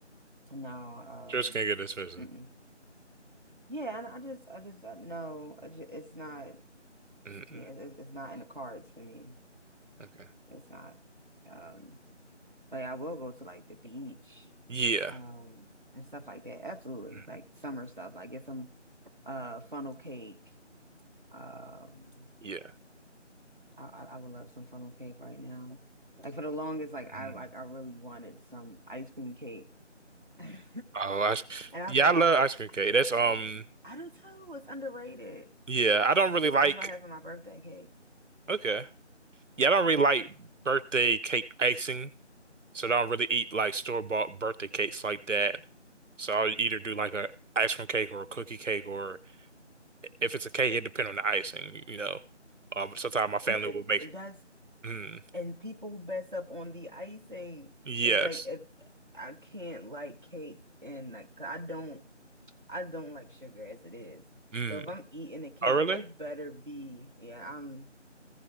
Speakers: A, on the right; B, on the right.
A: no.
B: Just
A: Um,
B: can't get this person.
A: mm-mm. Yeah, and I just I just uh, no, I ju- it's not.
B: Mm-mm.
A: Yeah, it's, it's it's not in the cards for me.
B: Okay.
A: It's not. Um, like I will go to like the beach,
B: Yeah.
A: um, and stuff like that. Absolutely,
B: Mm.
A: like summer stuff. Like get some uh funnel cake Um,
B: Yeah.
A: I, I I would love some funnel cake right now. Like for the longest, like I
B: Mm.
A: like I really wanted some ice cream cake, <laughs> and
B: Oh, ice.
A: I
B: Yeah,
A: was like,
B: I
A: I,
B: love ice cream
A: I
B: cake.
A: love
B: That's um.
A: ice. cream. I do too. It's underrated.
B: Yeah, I don't really like.
A: That's why I have for my birthday cake.
B: Okay. Yeah, I don't really like birthday cake icing, so I don't really eat like store-bought birthday cakes like that. So I'll either do like a ice cream cake or a cookie cake, or if it's a cake, it depends on the icing. You know. Um. Sometimes my family
A: And it-
B: will make.
A: it- that's
B: Mm.
A: and people mess up on the icing.
B: Yes.
A: It's like if I can't like cake and like 'cause I don't I don't like sugar as it is.
B: Mm.
A: So if I'm eating a cake,
B: Oh, really?
A: it better be yeah. I'm